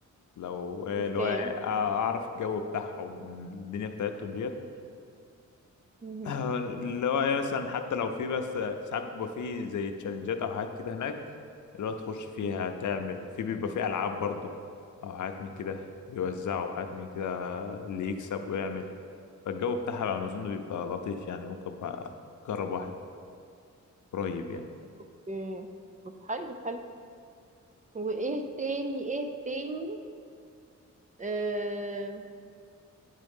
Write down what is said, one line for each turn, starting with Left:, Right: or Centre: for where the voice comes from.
Left: لو آه،
Right: اوكي
Left: اللي هو اعرف الجو بتاعهم والدنيا بتاعتهم ديت
Right: مهم.
Left: آه، اللي هو إيه مثلا حتى لو في بس في ساعات بيبقى في زي تشالنجات او حاجات كده هناك اللي هو تخش فيها
Right: مهم.
Left: تعمل في بيبقى في العاب برضه او حاجات من كده بيوزعوا حاجات من كده اللي يكسب ويعمل فالجو بتاعها بقى
Right: مم.
Left: ما اظن بيبقى لطيف يعني ممكن بقى اجرب واحد قريب يعني
Right: اوكي طب حلو حلو وايه تاني ايه تاني آه...